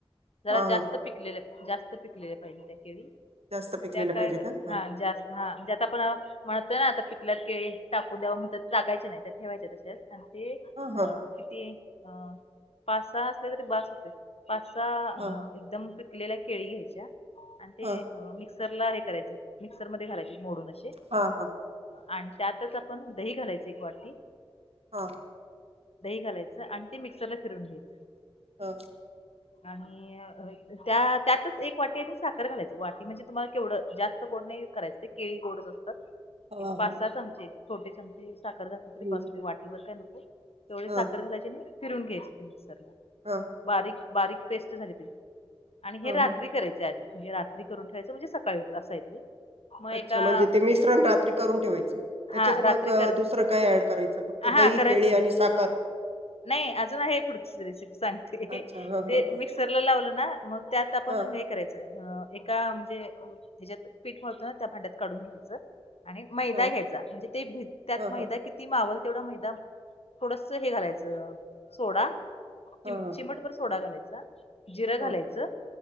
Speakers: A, on the left; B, on the right.
A: जरा
B: हा
A: जास्त
B: हा
A: पिकलेले जास्त पिकलेले पाहिजे त्या केळी.
B: जास्त पिकलेलं
A: त्या काय
B: पाहिजे का
A: हा
B: ह
A: जास्त हा म्हणजे आता आपण म्हणतोय ना आता पिकल्यात टाकू द्याव म्हणत. टाकायचे नाही त्या ठेवायचे तसेच. आणि ते
B: हा हा
A: अ किती अ पाच सहा असले तरी बास होते. पाच सहा
B: हा
A: एकदम पिकलेल्या केळी घ्यायच्या. आणि ते
B: हा
A: मिक्स मिक्सरला हे करायच, मिक्सर मध्ये घालायचे मोडून अस.
B: हा हा
A: आणि त्यातच आपण दही घालायची एक वाटी.
B: ह
A: दही घालायच आणि ते मिक्सरला फिरून घ्यायच.
B: ह
A: आणि अ त्या त्यातच एक वाटी आणि साखर घालायच. वाटी म्हणजे तुम्हाला केवढ, जास्त गोड नाही करायच. ते केळी गोडच असतात.
B: हा
A: एक पाच
B: हा
A: सहा चमचे छोटे चमचे साखर घातली तरी
B: हम्म
A: बास वाटीबर काय नको. तेवढी
B: हा
A: साखर घालायची आणि फिरून घ्यायच ते मिक्सर ला.
B: ह
A: बारीक बारीक पेस्ट झाली पाहिजे आणि
B: हा
A: हे रात्री
B: हा
A: करायचे आधी म्हणजे रात्री रात्री करून ठेवायचं म्हणजे सकाळी होत अस आहे ते. मग
B: अच्छा
A: एका
B: म्हणजे ते मिश्रण रात्री करून ठेवायचं त्याच्यात
A: हा रात्री
B: मग
A: कर
B: दुसरं काय ऍड करायच? त
A: हा
B: दही,
A: करायचं
B: केळी
A: ना.
B: आणि साखर
A: नाही अजून आहे पुढची रेसिपी सांगते.
B: अच्छा हा
A: ते
B: हा हा
A: मिक्सरला लावलं ना मग त्यात आपण
B: हा
A: हे करायच एका म्हणजे ह्याच्यात पीठ मिळतो ना त्या भांड्यात काढून घ्यायचं. आणि मैदा
B: हा
A: घ्यायचा, म्हणजे ते भीत त्यात
B: हा
A: मैदा
B: हा
A: किती मावल तेवढा मैदा थोडस हे घालायचं, सोडा
B: हा हा
A: चिमटभर सोडा घालायचा, जिरं
B: हो
A: घालायचं.